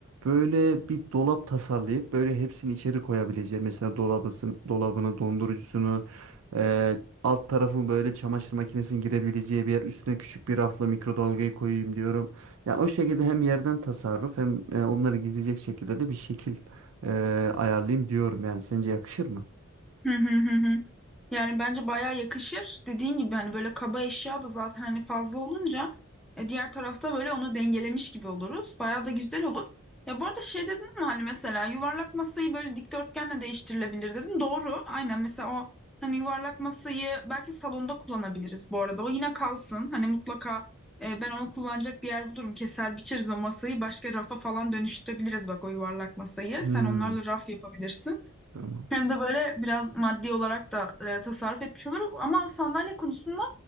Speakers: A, on the right; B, in the centre.
A: Böyle bir dolap tasarlayıp böyle hepsini içeri koyabileceğim. Mesela dolabısın, dolabını, dondurucusunu, e, Alt tarafın böyle çamaşır makinesinin girebileceği bir yer. Üstüne küçük bir rafla mikrodalgayı koyayım diyorum. Ya o şekilde hem yerden tasarruf hem e, onları gizleyecek şekilde de bir şekil e, ayarlayayım diyorum. Yani sence yakışır mı?
B: Hı hı hı hı. Yani bence bayağı yakışır. Dediğin gibi hani böyle kaba eşya da zaten hani fazla olunca e, diğer tarafta böyle onu dengelemiş gibi oluruz. Bayağı da güzel olur. Ya bu arada şey dedin ama hani mesela yuvarlak masayı böyle dikdörtgenle değiştirilebilir dedin. Doğru. Aynen mesela o hani yuvarlak masayı belki salonda kullanabiliriz bu arada. O yine kalsın. Hani mutlaka e, ben onu kullanacak bir yer bulurum. Keser biçeriz o masayı. Başka rafa falan dönüştürebiliriz bak o yuvarlak masayı.
A: Hmm,
B: Sen onlarla raf yapabilirsin.
A: tamam.
B: Hem de böyle biraz maddi olarak da e, tasarruf etmiş oluruz. Ama sandalye konusunda